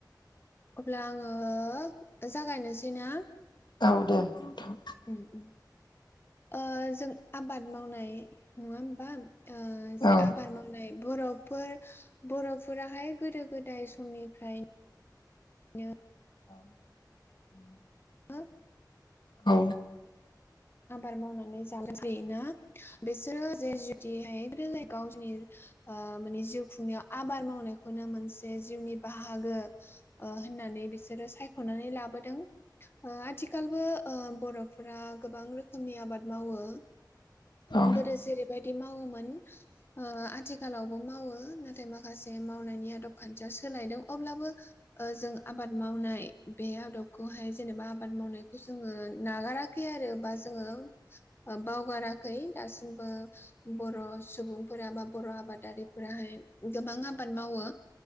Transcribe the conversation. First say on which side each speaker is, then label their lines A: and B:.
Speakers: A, on the left; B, on the left.
A: अब्ला आङो जागायनोसै ना
B: औ दे नोंथां
A: उम उम ओ जों आबाद मावनाय नङा होमबा ओ जे
B: औ
A: आबार माव नाय बर'फोर बर'फोरहाय गोदो गोदाय समनिफ्राय नो
B: औ उम
A: ओ
B: औ
A: आबाद मावनानै जालां ना बिसोरो जे जुदिहाय <unintelligible> गावनि ओ माने जिउ खुंनायाव आबाद मावनायखौनो मोनसे जिउनि बाहागो ओ होननानै बिसोरो सायख'नानै लाबोदों। ओ आथिखालबो ओ बर'फोरा गोबां रोखोमनि आबाद मावो
B: औ
A: गोदो जेरैबायदि मावोमोन ओ आथिखालावबो मावो नाथाय माखासे मावनायनि आदब खान्थिया सोलायदों अब्लाबो ओ जों आबाद मावनाय बे आदबखौहाय जेनेबा आबाद मावनायखौ जोङो नागाराखै आरो बा जोङो बावगाराखै दासिमबो बर' सुबुंफोरा बा बर' आबादारिफोराहाय गोबां आबाद मावो।